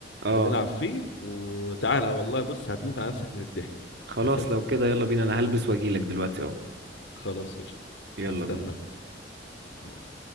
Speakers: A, on the right (about 65°); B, on the left (about 70°).
A: اه
B: بنلعب فيه وتعالى والله بص هتموت على نفسك من الضحك
A: خلاص
B: اساسا
A: لو كده يلا بينا انا هلبس واجيلك دلوقتي اهو
B: خلاص قشطه
A: يلا
B: هستناك
A: بينا
B: يلا.